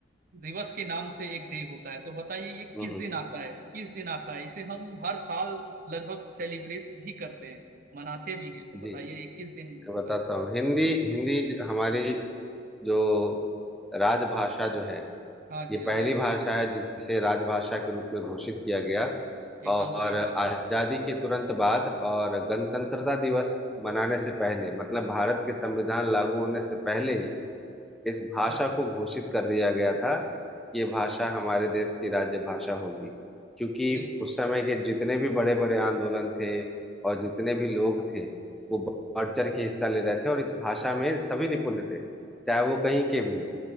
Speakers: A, on the right (about 50°); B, in the centre.
A: दिवस के नाम से एक डे होता है तो बताइए ये
B: हम्म
A: किस
B: हम्म।
A: दिन आता है किस दिन आता है इसे हम हर साल लगभग सेलिब्रेट भी करते हैं मनाते भी हैं तो
B: जी
A: बताइए ये किस दिन
B: मैं
A: होता
B: बताता
A: है
B: हूँ हिंदी हिंदी ज- हमारी जो राजभाषा जो है
A: हाँ जी
B: ये
A: हाँ
B: पहली
A: राजभाषा
B: भाषा है जिसे राजभाषा के रूप में घोषित किया गया
A: एकदम
B: और
A: सही बात
B: आजादी
A: है
B: के तुरंत बाद और गणतंत्रता दिवस मनाने से पहले मतलब भारत के संविधान लागू होने से पहले ही इस भाषा
A: जी भैया
B: को घोषित कर दिया गया था कि ये भाषा हमारे देश की राज्य भाषा होगी क्योंकि
A: अरे
B: उस समय के जितने भी बड़े बड़े आंदोलन थे और जितने भी लोग थे वो बढ़ चढ़ के हिस्सा ले रहे थे और इस भाषा में सभी निपुण थे चाहे वो कहीं के भी हो